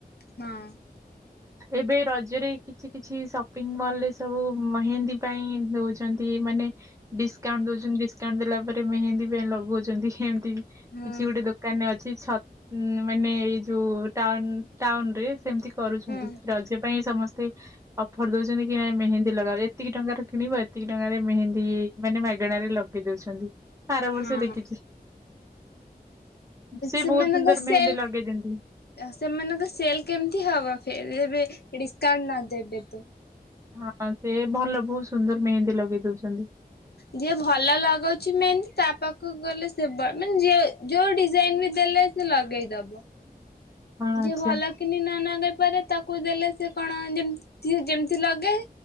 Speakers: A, on the left; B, on the right.
A: ହଁ
B: ଏବେ ରଜରେ କିଛି କିଛି ସପିଂ ମଲରେ ସବୁ ମେହେନ୍ଦୀ ପାଇଁ ଦଉଛି। ମାନେ ଡିସକାଉଣ୍ଟ ଦଉଛନ୍ତି ଡିସକାଉଣ୍ଟ ଦେଲା ପରେ ମେହନ୍ଦୀ ଲଗାଉ ମତି
A: ହଁ
B: କିଛି ଗୋଟେ ଦ କାନେ ଅଛିଛ ମାନେ ଏଇ ଯୋଉ ଟାଉନ୍ ଟାଉନରେ ସେମିତି କରୁଛନ୍ତି
A: ହଁ
B: ରଜ ପାଇଁ ସମସ୍ତେ ଅଫର ଦଉଛନ୍ତି କି ନାଇଁ ମେହେନ୍ଦୀ ଲଗାଅ ଏତିକି ଟଙ୍କାରେ କିଣିବ ଏତିକି ଟଙ୍କାରେ ମେହେନ୍ଦୀ ମାନେ ମାଗଣାରେ ଲଗେଇ ଦଉଛନ୍ତି ଆର ବର୍ଷ
A: ହଁ
B: ଦେଖିଛି। ସେ
A: ସେମାନଙ୍କ
B: ବହୁତ ସୁନ୍ଦର
A: ସେଲ୍
B: ମେହେନ୍ଦୀ ଲଗେଇ ଦିଅନ୍ତି
A: ସେମାନଙ୍କ ସେଲ କେମିତି ହବ ଫିର୍ ଏବେ ଡିସକାଉଣ୍ଟ ନ ଦେବେ ତ।
B: ହଁ, ସେ ଭଲ ବହୁତ ସୁନ୍ଦର ମେହେନ୍ଦୀ ଲଗେଇ ଦଉଛନ୍ତି।
A: ଯିଏ ଭଲ ଲଗାଉଛି ମେହେନ୍ଦି ତା ପାଖକୁ ଗଲେ ସେ ମାନେ ଯ ଯୋଉ ଡିଜାଇନ ବି ଦେଲେ ସେ ଲଗେଇଦବ।
B: ହଁ
A: ଯିଏ
B: ଆଚ୍ଛା
A: ଭଲ କିିନି ନ ନଗାଇ ପାରେ ତାକୁ ଦେଲେ ସେ କଣ ଯେ ଯେମିତି ଲଗାଏ